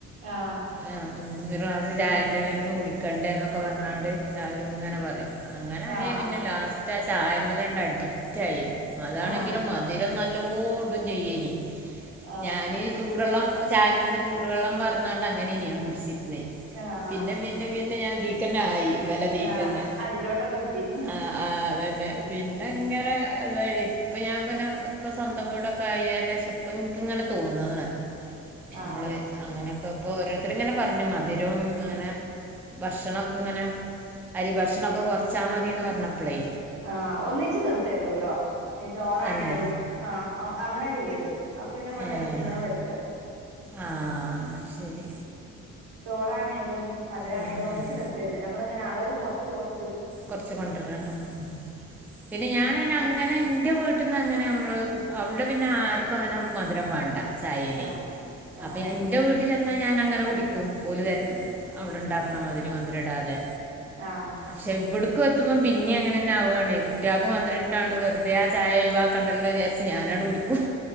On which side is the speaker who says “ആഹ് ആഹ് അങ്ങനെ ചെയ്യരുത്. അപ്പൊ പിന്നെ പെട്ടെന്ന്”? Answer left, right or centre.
Right